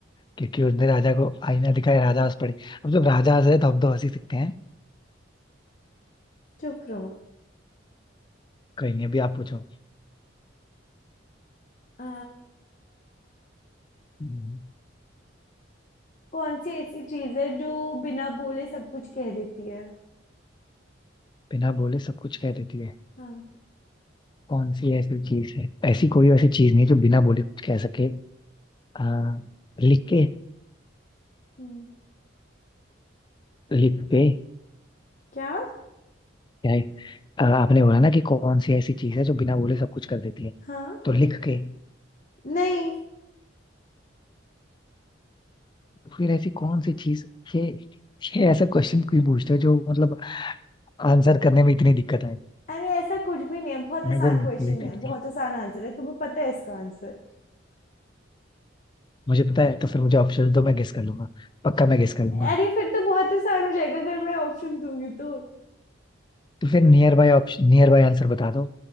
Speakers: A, on the left; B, on the left.
A: क्योंकि उसने राजा को आईना दिखाया राजा हंस पड़े अब जब राजा हंस रहे तो हम तो हंस ही सकते हैं
B: चुप रहो
A: कहीं नहीं अभी आप पूछो
B: आ,
A: हम्म,
B: कौन सी ऐसी चीज है जो बिना बोले सब कुछ कह देती है
A: बिना बोले सब कुछ कह देती है
B: हाँ
A: कौन सी ऐसी चीज है ऐसी कोई ऐसी चीज नहीं जो बिना बोले कुछ कह सके आ, लिख के
B: हम्म,
A: लिख पे
B: क्या
A: यही अ, आपने बोला ना कि कौन सी ऐसी चीज है जो बिना बोले सब कुछ कर देती है
B: हाँ
A: तो लिख के
B: नहीं
A: फिर ऐसी कौन सी चीज ये ये ऐसा क्वेश्चन क्यों पूछते हो जो मतलब आंसर करने में इतनी दिक्कत आए
B: अरे ऐसा कुछ भी नहीं है बहुत
A: मैं
B: आसान
A: अगर मुझे
B: क्वेश्चन
A: नहीं
B: है
A: पता
B: बहुत आसान आंसर है तुम्हें पता है इसका आंसर
A: मुझे पता है तो फिर मुझे ऑप्शन दो मैं गेस कर लूंगा पक्का मैं गेस कर लूंगा
B: अरे फिर तो बहुत आसान हो जाएगा अगर मैं ऑप्शन दूंगी तो
A: तो फिर nearby option nearby answer बता दो